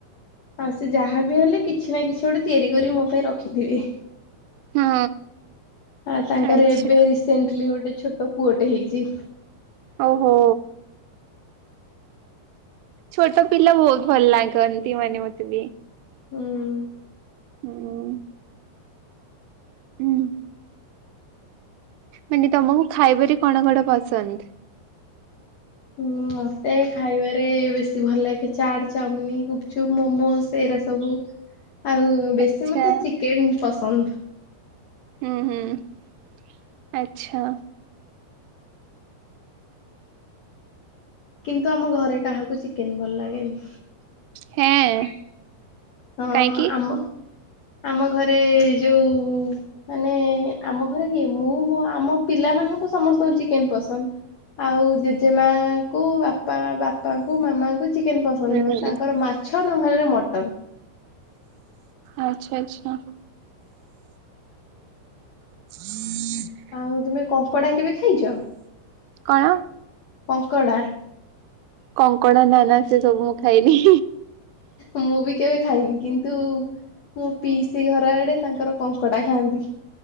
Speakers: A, on the left (about 75°); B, on the right (about 85°).
A: ଆଉ ସେ ଯାହା ବିି ହେଲେ କିଛି ନା କିଛି ଗୋଟେ ତିଆରି କରିକି ମୋ ପାଇଁ ରଖିଥିବେ। <unintelligible>
B: ହଁ
A: ତାଙ୍କର
B: ଆଚ୍ଛା
A: ଏବେ ରିସେଣ୍ଟଲି ଗୋଟେ ଛୋଟ ପୁଅଟେ ହେଇଛି।
B: ଓହୋ। ଛୋଟ ପିଲା ବହୁତ ଭଲ ଲାଗନ୍ତି ମାନେ ମତେ ବି।
A: ହୁଁ।
B: ହୁଁ। ହୁଁ। ମାନେ ତମକୁ ଖାଇବାରେ କଣ କଣ ପସନ୍ଦ?
A: ହୁଁ ମତେ ଖାଇବାରେ ବେଶୀ ଭଲ ଲାଗେ ଚାଟ୍, ଚାଉମିନ, ଗୁପଚୁପ୍, ମୋମୋଶ୍ ଏଇରା ସବୁ। ଆଉ
B: ଆଚ୍ଛା
A: ବେଶୀ ମତେ ଚିକେନ ପସନ୍ଦ।
B: <unintelligible> ଆଚ୍ଛା।
A: କିନ୍ତୁ ଆମ ଘରେ କାହାକୁ ଚିକେନ୍ ଭଲ ଲାଗେନି।
B: ହେଁ
A: <unintelligible> ହଁ
B: କାହିଁକି?
A: ଆମ ଆମ ଘରେ ଯୋଉ ମାନେ ଆମ ଘରେ କିଏ ମୁଁ ମ ଆମ ପିଲାମାନଙ୍କୁ ସମସ୍ତଙ୍କୁ ଚିକେନ ପସନ୍ଦ। ଆଉ ଜେଜେମାଙ୍କୁ ବାପା ବାପାଙ୍କୁ ମାମାଙ୍କୁ ଚିକେନ ପସନ୍ଦ
B: ହୁଁ
A: ନୁହଁ। ତାଙ୍କର ମା ଛଅ ନହଲେ ମଟନ।
B: <inaudible> ଆଚ୍ଛା ଆଛା। <inaudible>
A: ଆଉ ତୁମେ କଙ୍କଡା କେବେ ଖାଇଛ?
B: କଣ?
A: କଙ୍କଡ଼ା?
B: କଙ୍କଡ ନାନା ସେ ସବୁ ମୁଁ ଖାଇନି।
A: ମୁଁ ବି କେବେ ଖାଇନି। କିନ୍ତୁ ମୁଁ ପିଇସି ଘର ଆଡେ ତାଙ୍କର କଙ୍କଡ଼ା ଖାଆନ୍ତି।